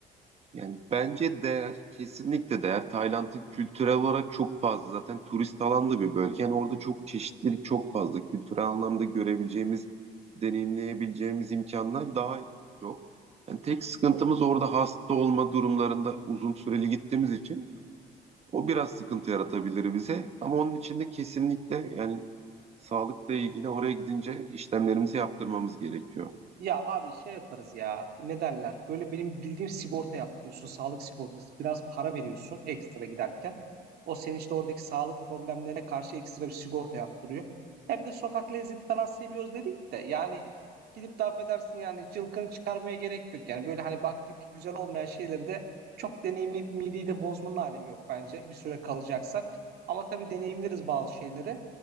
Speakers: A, on the right; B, on the right.
A: Yani bence değer, kesinlikle değer. Tayland'ın kültürel olarak çok fazla. Zaten turist alan da bir bölge. Yani orada çok çeşitlilik çok fazla. Kültürel anlamda görebileceğimiz, deneyimleyebileceğimiz imkanlar daha çok. Yani tek sıkıntımız orada hasta olma durumlarında uzun süreli gittiğimiz için o biraz sıkıntı yaratabilir bize ama onun için de kesinlikle yani sağlıkla ilgili oraya gidince işlemlerimizi yaptırmamız gerekiyor.
B: Ya abi şey yaparız ya. Ne derler? Böyle benim bildiğim sigorta yaptırıyorsun. Sağlık sigortası. Biraz para veriyorsun ekstra giderken. O senin işte oradaki sağlık problemlerine karşı ekstra bir sigorta yaptırıyor. Ya bir de sokak lezzeti falan seviyoruz dedik de yani gidip de affedersin yani cılkını çıkarmaya gerek yok. Yani böyle hani baktık ki güzel olmayan şeyleri de çok deneyimli bir mideyi de bozmanın alemi yok bence bir süre kalacaksak. Ama tabii deneyimleriz bazı şeyleri.